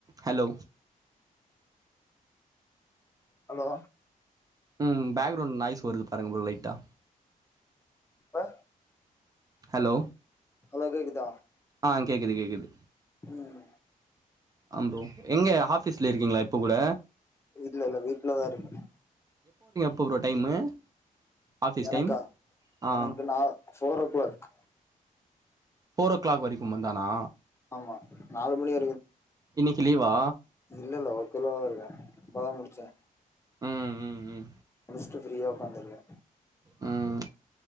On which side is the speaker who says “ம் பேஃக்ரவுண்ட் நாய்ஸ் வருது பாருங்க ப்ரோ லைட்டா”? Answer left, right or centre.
Right